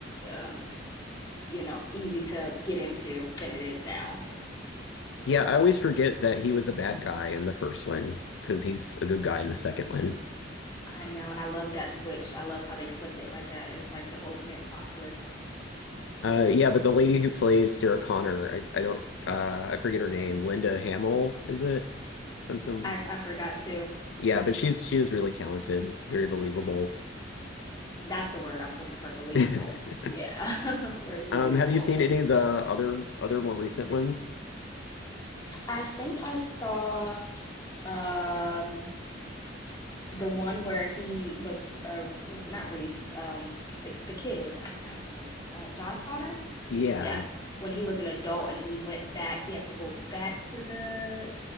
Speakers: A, on the left; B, on the left.
A: um you know, easy to get into than it is now.
B: Yeah, I always forget that he was a bad guy in the first one because he's a good guy in the second one.
A: I know, and I love that switch. I loved how they flipped it like that. It's like the ultimate plot twist.
B: Uh yeah, but the lady who plays Sarah Connor, I, I don't uh I forget her name. Linda Hamill, is it? Something.
A: I, I forgot to.
B: Yeah, but she's she is really talented, very believable.
A: That's the word I was looking for. Believable.
B: <laughs>
A: Yeah, <laughs> very believable.
B: Um, have you seen any of the other other more recent ones?
A: I think I saw um, the one where he was uh, not Reese, um, the the kid. I forgot his name. Uh, John Connor.
B: Yeah.
A: Yeah, when he was an adult and he went back, he had to go back to the